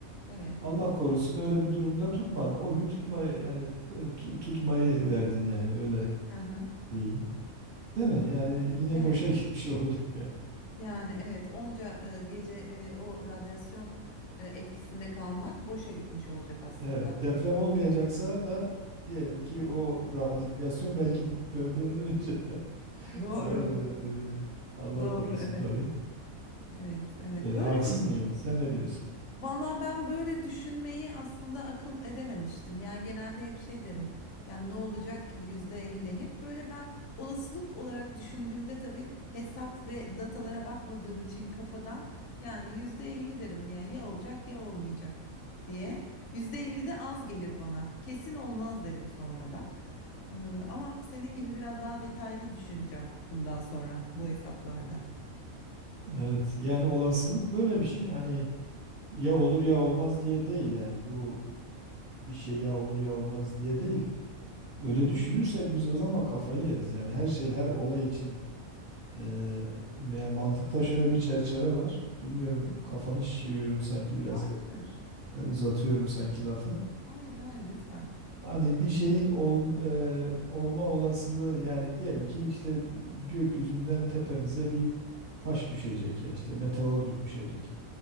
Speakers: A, on the left; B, on the right.
A: Evet.
B: Allah korusun öyle bir durumda tutmadın. O gün tutmayı yani e, tu- tutmayı verdin yani öyle.
A: Hı hı.
B: İyi. Değil mi? Yani yine
A: Evet.
B: boşa <laughs> gitmiş olacak yani.
A: Yani evet onca e, gece e, o radyasyon e, etkisinde kalmak boşa gitmiş olacak aslında.
B: Evet, deprem olmayacaksa da diyelim ki o radyasyon belki depremden önce <laughs>
A: Doğru.
B: zarar verebilir yani. Allah
A: Doğru.
B: korusun
A: Evet.
B: tabii.
A: Evet. Evet.
B: E, haksız
A: Böyle
B: mıyım? Sen ne diyorsun?
A: Valla ben böyle düşünmeyi aslında akıl edememiştim. Yani genelde hep şey derim. Yani ne olacak ki yüzde elli. Hep böyle ben olasılık olarak düşündüğümde tabii hesap ve datalara bakmadığım için kafadan yani yüzde elli derim. Ya ya olacak ya olmayacak diye. Yüzde elli de az gelir bana. Kesin olmaz derim sonra da. Ee, ama senin gibi biraz daha detaylı düşüneceğim bundan sonra bu hesaplarda.
B: Evet, yani olasılık böyle bir şey. Hani ya olur ya olmaz diye değil yani bu bir şey ya olur ya olmaz diye değil. Öyle
A: Hı hı.
B: düşünürsek biz o zaman kafayı yeriz. Yani her şey her olay için eee, yani mantıkta şöyle bir çerçeve var. Bilmiyorum
A: hı hı.
B: kafanı şişiriyorum sanki biraz
A: Hayır.
B: e, uzatıyorum sanki lafı.
A: Hayır hayır lütfen.
B: Hani bir şeyin ol, eee, olma olasılığı yani diyelim ki işte gökyüzünden tepemize bir taş düşecek ya işte meteor düşecek.